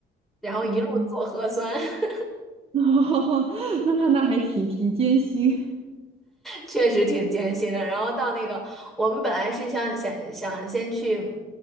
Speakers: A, in the centre; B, on the right.
A: 然后一路做核酸，
B: 嗯，
A: <laughs>
B: <laughs> 那那还挺挺艰辛。
A: 确实挺艰辛的。然后到那个，我们本来是想想想先去，